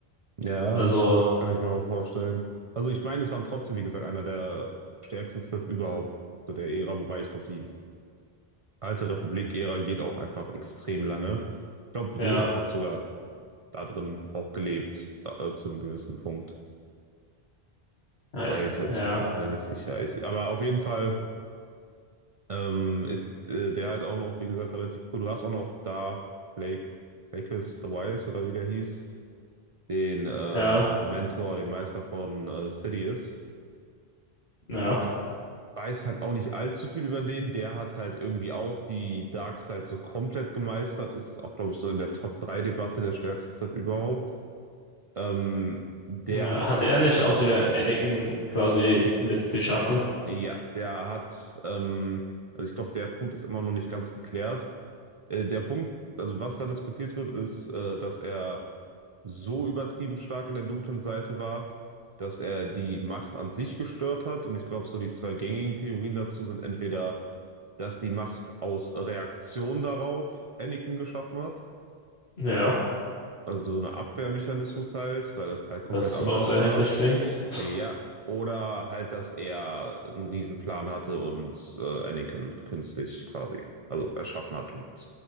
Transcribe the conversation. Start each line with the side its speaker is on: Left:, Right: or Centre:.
Right: ja,
Left: Also,
Right: das, das kann ich mir auch vorstellen. Also ich meine, es waren trotzdem, wie gesagt, einer der stärksten Sith überhaupt zu der Ära, wobei ich glaube, die alte Republik-Ära geht auch einfach extrem lange. Ich glaube, Yoda
Left: ja,
Right: hat sogar da drin auch gelebt, da, äh, zu einem gewissen Punkt.
Left: ja,
Right: Weil
Left: ja,
Right: ich bin mir da nicht sicher. Ich, aber auf jeden Fall. Ähm, ist äh, der halt auch noch, wie gesagt, relativ cool. Du hast auch noch Darth Blake, Blakes the Wise oder wie der hieß, den äh,
Left: ja.
Right: Mentor, den Meister von äh, Sidious.
Left: ja.
Right: Man weiß halt auch nicht allzu viel über den. Der hat halt irgendwie auch die Darkseid so komplett gemeistert. Ist auch, glaube ich, so in der top drei debatte der stärkste Sith überhaupt. Ähm, der
Left: Äh,
Right: hat
Left: Hatte
Right: halt,
Left: er
Right: ähm,
Left: nicht auch sogar Anakin quasi mitgeschaffen?
Right: ja, der hat, ähm, also ich glaube, der Punkt ist immer noch nicht ganz geklärt Äh, der Punkt, also was da diskutiert wird, ist, äh, dass er so übertrieben stark in der dunklen Seite war, dass er die Macht an sich gestört hat. Und ich glaube, so die zwei gängigen Theorien dazu sind entweder, dass die Macht aus Reaktion darauf Anakin geschaffen hat,
Left: Ja,
Right: also eine Abwehrmechanismus halt, weil das halt
Left: das
Right: komplett unbalanced
Left: auch sehr heftig
Right: war.
Left: klingt. <laughs>
Right: Ja, oder halt, dass er einen Riesenplan hatte und äh, Anakin künstlich quasi, also erschaffen hat und